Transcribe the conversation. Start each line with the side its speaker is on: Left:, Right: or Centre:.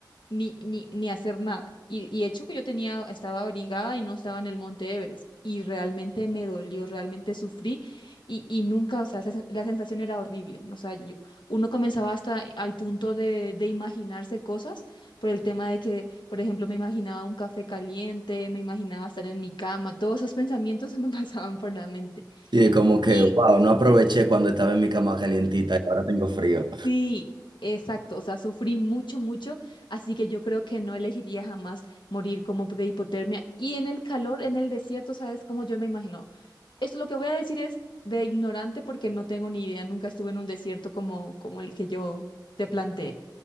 Left: ni, ni, ni hacer nada. Y, y hecho que yo tenía, estaba abrigada y no estaba en el Monte Everest. Y realmente me dolió, realmente sufrí y, y nunca, o sea, esa la sensación era horrible. ¿no? O sea, yo- uno comenzaba hasta al punto de, de imaginarse cosas por el tema de que, por ejemplo, me imaginaba un café caliente, me imaginaba estar en mi cama, todos esos <laughs> pensamientos se me <laughs> pasaban por la mente.
Right: Y es como que,
Left: Y
Right: wow, no aproveché cuando estaba en mi cama calientita y ahora tengo frío.
Left: Sí, exacto. O sea, sufrí mucho, mucho, así que yo creo que no elegiría jamás morir como de hipotermia. Y en el calor, en el desierto, ¿sabes cómo yo me imagino? Esto lo que voy a decir es de ignorante porque no tengo ni idea. Nunca estuve en un desierto como, como el que yo te planteé.